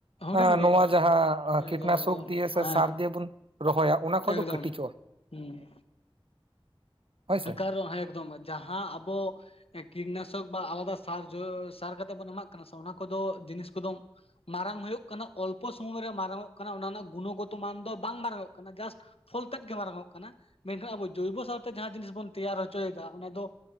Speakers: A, on the left (about 80°); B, on the right (about 65°).
A: ᱦᱩᱰᱤᱧ
B: ᱮᱸ
A: ᱜᱮᱭᱟ
B: ᱱᱚᱣᱟ ᱡᱟᱦᱟᱸ
A: ᱮᱠᱫᱚᱢ
B: ᱠᱤᱴᱱᱟᱥᱩᱠ
A: ᱮᱠᱫᱚᱢ
B: ᱫᱤᱭᱮ ᱥᱮ
A: ᱦᱮᱸ
B: ᱥᱟᱨ ᱫᱤᱭᱮ ᱵᱚᱱ ᱨᱚᱦᱚᱭᱟ ᱚᱱᱟ ᱠᱷᱚᱡ
A: ᱮᱠᱫᱚᱢ
B: ᱫᱚ ᱠᱟᱹᱴᱤᱡᱚᱜᱼᱟ᱾
A: ᱦᱩᱸ
B: ᱦᱳᱭ ᱥᱮ
A: ᱠᱟᱨᱚ ᱦᱮᱸ ᱮᱠᱫᱚᱢ ᱡᱟᱦᱟᱸ ᱟᱵᱚ ᱠᱤᱴᱱᱟᱥᱚᱠ ᱵᱟ ᱟᱞᱟᱫᱟ ᱥᱟᱨ ᱡᱚ ᱥᱟᱨ ᱠᱟᱛᱮ ᱵᱚᱱ ᱮᱢᱟᱜ ᱠᱟᱱᱟ ᱥᱮ ᱚᱱᱟ ᱠᱚᱫᱚ ᱡᱤᱱᱤᱥ ᱠᱚᱫᱚ ᱢᱟᱨᱟᱝ ᱦᱩᱭᱩᱜ ᱠᱟᱱᱟ ᱚᱞᱯᱚ ᱥᱚᱢᱚᱭ ᱨᱮ ᱢᱟᱨᱟᱝᱚᱜ ᱠᱟᱱᱟ ᱚᱱᱟ ᱨᱮᱱᱟᱜ ᱜᱩᱱᱚᱜᱚᱛᱚ ᱢᱟᱱ ᱫᱚ ᱵᱟᱝ ᱢᱟᱨᱟᱝᱚᱜ ᱠᱟᱱᱟ ᱡᱟᱥᱴ ᱯᱷᱚᱞ ᱛᱮᱫ ᱜᱮ ᱢᱟᱨᱟᱝ ᱚᱜ ᱠᱟᱱᱟ ᱢᱮᱱᱠᱷᱟᱱ ᱟᱵᱚ ᱡᱳᱭᱵᱚ ᱥᱟᱨ ᱛᱮ ᱡᱟᱦᱟᱸ ᱡᱤᱱᱤᱥ ᱵᱚᱱ ᱛᱮᱭᱟᱨ ᱦᱚᱪᱚᱭᱮᱫᱟ ᱚᱱᱟ ᱫᱚ